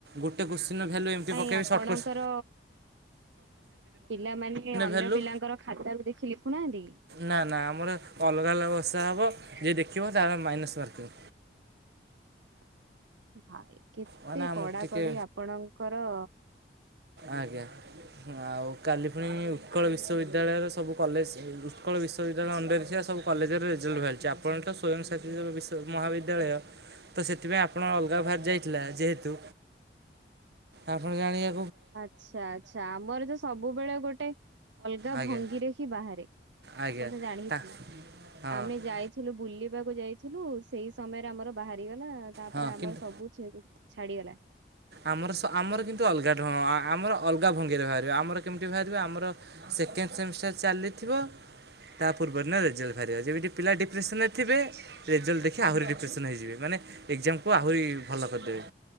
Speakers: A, on the right; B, on the right.
A: ଗୋଟେ କୋଶ୍ଚିିନର ଭ୍ୟାଲୁ ଏମିତି
B: କାଇଁ
A: ପକେଇବି
B: ଆପଣଙ୍କର
A: ସର୍ଟ କୋସ୍
B: ପିଲାମାନେ ଅନ୍ୟ
A: ଭ୍ୟାଲୁ
B: ପିଲାଙ୍କର ଖାତାକୁ ଦେଖି ଲେଖୁନାହାନ୍ତି?
A: ନା ନା ଆମର ଅଲଗା ଅଲଗା ବସା ହବ ଯିଏ ଦେଖିବ ତାର ମାଇନସ୍ ମାର୍କିଂ।
B: <inaudible> ଭାଇ କେତେ
A: ମାନେ ଆମର
B: କଡାକଡି
A: ଟିକେ
B: ଆପଣଙ୍କର।
A: ଆଜ୍ଞା। ଆଉ କାଲି ପୁଣି ଉତ୍କଳ ବିଶ୍ୱବିଦ୍ୟାଳୟର ସବୁ କଲେଜ ଉତ୍କଳ ବିଶ୍ୱବିଦ୍ୟାଳୟ ଅଣ୍ଡରେ ଥିବା ସବୁ କଲେଜରେ ରେଜଲ୍ଟ ବାହାରଛି। ଆପଣ ତ ସ୍ଵୟଂ ସାସିତ ବିଶ୍ୱ ମହାବିଦ୍ୟାଳୟ ତ ସେଥିପାଇଁ ଆପଣ ଅଲଗା ବାହାରି ଯାଇଥିଲା ଯେହେତୁ, ଆପଣ ଜାଣିବା
B: ଆଚ୍ଛା ଆଛା ଆମର ତ ସବୁବେଳେ ଗୋଟେ ଅଲଗା
A: ଆଜ୍ଞା
B: ଭଙ୍ଗିରେ ହିଁ ବାହାରେ।
A: ଆଜ୍ଞା
B: ଆପଣ ତ ଜାଣିଥିବେ
A: ତା ହଁ
B: ଆମେ ଯାଇଥିଲୁ ବୁଲିବାକୁ ଯାଇଥିଲୁ ସେଇ ସମୟରେ ଆମର ବାହାରିଗଲା ତାପରେ
A: ହଁ
B: ଆମର
A: କିନ୍ତୁ
B: ସବୁ ଛାଡିଗଲା।
A: ଆମର ସ ଆମର କିନ୍ତୁ ଅଲଗା ଢଙ୍ଗ ଆମର ଅଲଗା ଭଙ୍ଗିରେ ବାହାରିବ ଆମର କେମିତି ବାହାରିବ ଆମର ସେକେ ସେକେଣ୍ଡ ସେମିଷ୍ଟର ଚାଲିଥିବ ତା ପୂର୍ବରୁ ନା ରେ। ରେଜଲ୍ଟ ବାହାରିବ। ଯେମିତି ପିଲା ଡିପ୍ରେସନ ରେ ଥିବେ ରେଜଲ୍ଟ ଦେଖି ଆଉରି ଡି ଡିପ୍ରେସନ୍ ହେଇଯିବେ ମାନେ ଏଗଜାମ୍ କୁ ଆହୁରି ଭଲ କରିପାରିବେ।